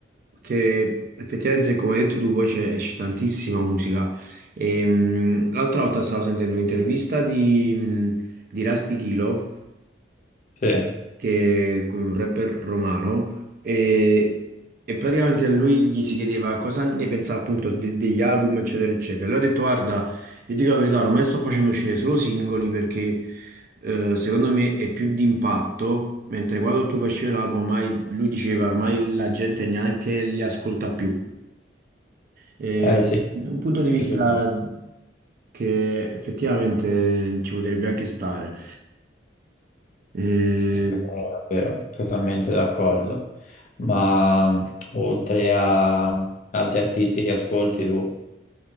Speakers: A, on the right; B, on the left.
A: perché effettivamente come hai detto tu poi c'è- esce tantissima musica. E, mh, l'altra volta stavo sentendo un'intervista di, mh, di Rusty Kilo
B: Sì, eh
A: che è un rapper romano e, e praticamente a lui gli si chiedeva cosa ne pensava appunto de- degli album eccetera eccetera. E lui ha detto guarda, io dico la verità, ormai sto facendo uscire solo singoli perché eh, secondo me è più di impatto, mentre quando tu facevi l'album ormai lui diceva ormai la gente neanche li ascolta più. E
B: sì,
A: è un punto di vista
B: sì, sì, sì,
A: che effettivamente ci potrebbe anche stare. Eh,
B: è vero, totalmente d'accordo. Ma oltre a altri artisti che ascolti tu,